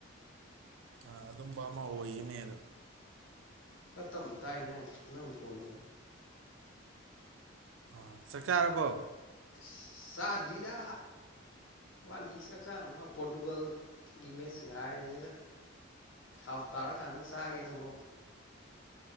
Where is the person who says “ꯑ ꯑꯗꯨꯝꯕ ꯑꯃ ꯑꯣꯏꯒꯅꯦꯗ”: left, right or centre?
Right